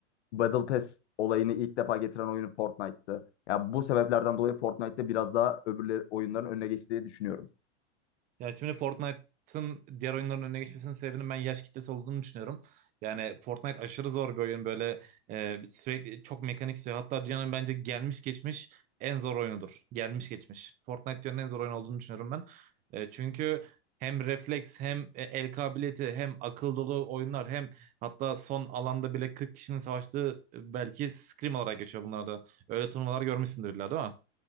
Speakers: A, on the left (about 70°); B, on the right (about 25°).
A: Battle Pass olayını ilk defa getiren oyunu Fortnite'tı. Ya bu sebeplerden dolayı Fortnite'te biraz daha öbürleri oyunların önüne geçtiği düşünüyorum.
B: Yani şimdi Fortnite'ın diğer oyunların önüne geçmesinin sebebinin ben yaş kitlesi olduğunu düşünüyorum. Yani Fortnite aşırı zor bir oyun böyle e, sürekli çok mekanik istiyor. Hatta dünyanın bence gelmiş geçmiş en zor oyunudur. Gelmiş geçmiş. Fortnite dünyanın en zor oyunu olduğunu düşünüyorum ben. E, çünkü hem refleks hem e, el kabiliyeti hem akıl dolu oyunlar hem hatta son alanda bile 40 kişinin savaştığı e, belki scrim olarak geçiyor bunlarda. Öyle turnuvalar görmüşsündür illa değil mi?